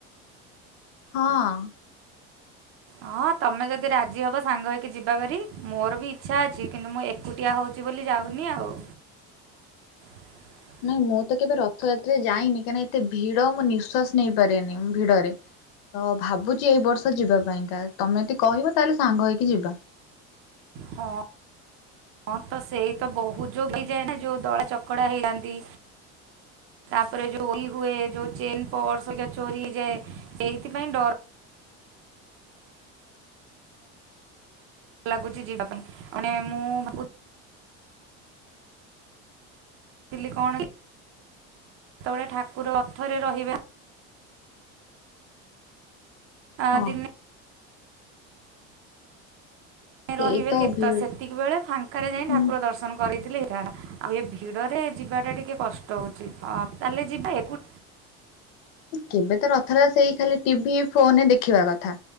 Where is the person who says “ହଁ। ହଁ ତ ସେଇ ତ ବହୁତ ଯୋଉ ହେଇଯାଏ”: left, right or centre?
Right